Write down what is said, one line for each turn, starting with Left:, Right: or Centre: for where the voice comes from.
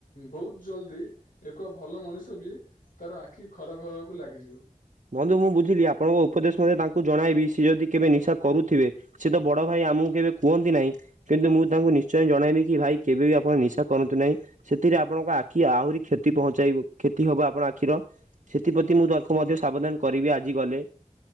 Left: ବହୁତ ଜଲଦି ଏକ ଭଲ ମଣିଷ ବି ତାର ଆଖି ଖରାପ ହବାକୁ ଲାଗିଯିବ।
Right: ବନ୍ଧୁ ମୁଁ ବୁଝିଲି ଆପଣଙ୍କ ଉପଦେଶ ମୁଁ ଆଗେ ତାଙ୍କୁ ଜଣାଇବି ସିଏ ଯଦି କେବେ ନିଶା କରୁଥିବେ ସେ ତ ବଡ ଭାଇ ଆମୁକୁ କେବେ କୁହନ୍ତି ନାହିଁ କିନ୍ତୁ ମୁଁ ତାଙ୍କୁ ନିଶ୍ଚୟ ଜଣାଇବି କି ଭାଇ କେବେ ବି ଆପଣ ନିଶା କରନ୍ତୁ ନାହିଁ ସେ ସେଥିରେ ଆପଣଙ୍କ ଆଖି ଆହୁରି କ୍ଷତି ପହଞ୍ଚାଇବ କ୍ଷତି ହବ ଆପଣ ଆଖିର ସେଥି ପ୍ରତି ମୁଁ ତାଙ୍କୁ ମଧ୍ୟ ସ ସାବଧାନ କରିବି ଆଜି ଗଲେ।